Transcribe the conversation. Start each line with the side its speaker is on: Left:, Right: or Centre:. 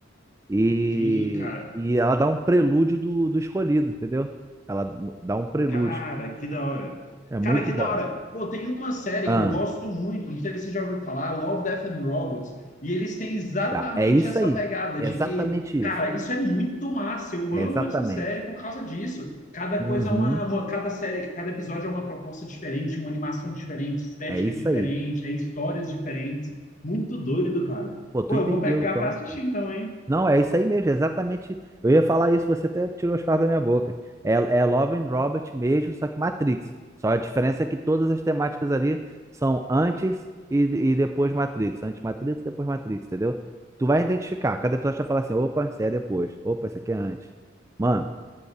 Right: E,
Left: Sim, cara.
Right: e ela dá um prelúdio do, do escolhido, entendeu? Ela n- dá um prelúdio.
Left: Cara, que da hora.
Right: É muito
Left: Cara, que
Right: bom.
Left: da hora. Pô, tem uma série
Right: Ah,
Left: que eu gosto muito, não sei se você já ouviu falar, Love, Death and Robots, e eles têm exatamente
Right: já. É isso
Left: essa
Right: aí.
Left: pegada
Right: É
Left: de
Right: exatamente
Left: que, cara,
Right: isso.
Left: isso é muito massa, eu
Right: É
Left: amo
Right: exatamente.
Left: essa série por causa disso. Cada
Right: Uhum.
Left: coisa é uma, uma- cada série, cada episódio é uma proposta diferente, uma animação diferente, estética
Right: É isso
Left: diferente,
Right: aí.
Left: é histórias diferentes. Muito doido, cara.
Right: Pô, tu
Left: Pô,
Right: entendeu
Left: eu vou pegar
Right: então,
Left: pra assistir
Right: pô.
Left: então, hein?
Right: Não, é isso aí mesmo, é exatamente. Eu ia falar isso, você até tirou as palavras da minha boca. É, é Love and Robert mesmo, só que Matrix. Só a diferença é que todas as temáticas ali são antes e, e depois Matrix. Antes Matrix, depois Matrix, entendeu? Tu vai identificar. Cada episódio vai falar assim: opa, isso é depois. Opa, isso aqui é antes. Mano,